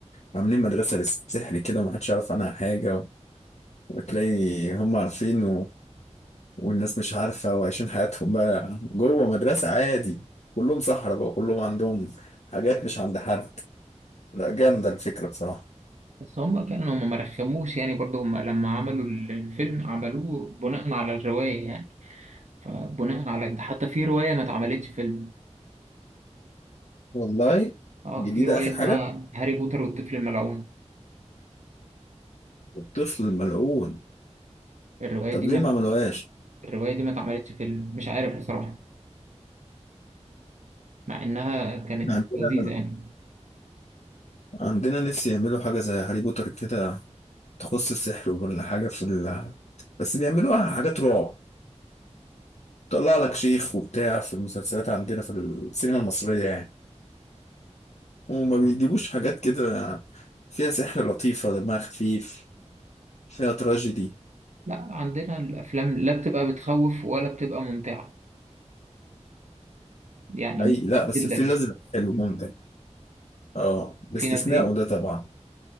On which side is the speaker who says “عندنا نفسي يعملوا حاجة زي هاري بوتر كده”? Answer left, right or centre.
Left